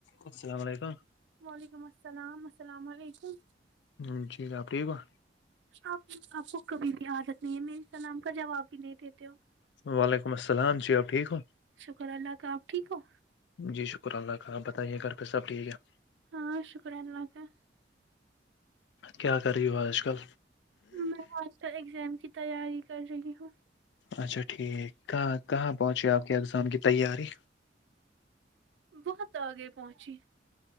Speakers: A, on the left; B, on the right.
A: السلام و علیکم
B: وعلیکم السلام السلام علیکم
A: ہم جی آپ ٹھیک ہوا
B: آپ آپ کو کبھی بھی عادت نہیں ہے میری سلام کا جواب بھی نہیں دیتے ہو
A: وعلیکم السلام جی آپ ٹھیک ہو
B: شکر اللہ کا آپ ٹھیک ہو
A: جی شکر اللہ کا آپ بتائیے گھر پہ سب ٹھیک ہے
B: ہاں شکر اللہ کا
A: کیا کر رہی ہو آج کل
B: میں آج کل اگزام کی تیاری کر رہی ہوں
A: اچھا ٹھیک کہاں کہاں پہنچے آپ کے اگزام کی تیاری
B: بہت آگئے پہنچی